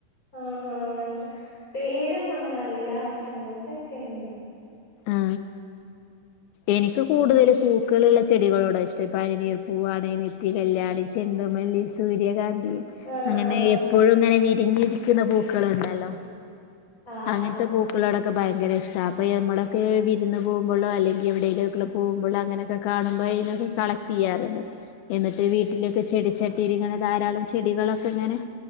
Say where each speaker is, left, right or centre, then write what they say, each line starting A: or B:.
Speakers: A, on the left (about 20°); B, on the left (about 85°).
A: ആ ആ അങ്ങൻത്തെ പേരൊന്നും അങ്ങനെ അറിയില്ല പക്ഷെ അങ്ങനത്തെക്കെണ്
B: ആ എനിക്ക് കൂടുതൽ പൂക്കളുള്ള ചെടികളോടാ ഇഷ്ടം പനിനീർ പൂവാണ് നിത്യകല്യാണി, ചെണ്ടുമ ല്ലി, സൂര്യകാന്തി
A: ആഹ്
B: അങ്ങനെ
A: ആഹ്
B: എപ്പോഴുംങ്ങെനെ വിരി ഞ്ഞിരിക്കണ പൂക്കള്ണ്ടല്ലോ
A: ആഹ്
B: അങ്ങൻത്തെ
A: ആഹ്
B: പൂക്കളോട ക്കെ ഭയങ്കര ഇഷ്ട അപ്പോൾ നമ്മളൊക്കെ വിരുന്ന് പോകുമ്പോഴോ അല്ലെങ്കിൽ എവിടേക്കെ പോക്പോ അങ്ങനെയൊക്കെ കാണുമ്പോ <unintelligible> ചെയാർണ്ട് എന്നിട്ട് വീട്ടിലൊക്കെ ചെടിച്ചട്ടില് ധാരാളം ചെടികളൊക്കെ ഇ ങ്ങനെ